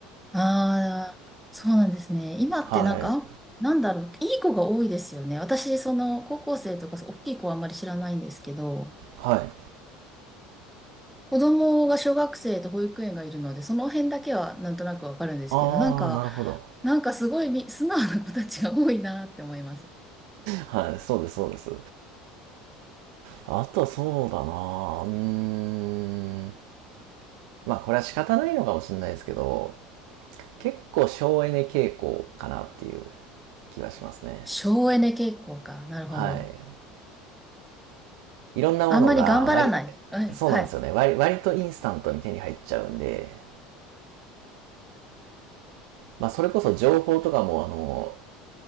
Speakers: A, in the centre; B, on the right.
A: ああ、そうなんですね。今ってなんか、
B: はい。
A: あなんだろう、いい子が多いですよね。私、その高校生とか、大きい子はあんまり知らないんですけど、
B: はい。
A: 子供が小学生と保育園がいるので、その辺だけはなんとなくわかるんですけど、
B: あー、
A: なんか、
B: なるほど。
A: なんかすごいみ素直な子たちが多いなって思います。
B: はい、そうです、そうです。あとはそうだなぁうーん。まあこれは仕方ないのかもしれないですけど、結構省エネ傾向かなっていう気はしますね。
A: 省エネ傾向か。なるほど。
B: はい。いろんなものが割
A: あんまり頑張らない。はい。
B: り、そうなんですよね。
A: はい。
B: 割割とインスタントに手に入っちゃうんで、まあそれこそ情報とかもあの、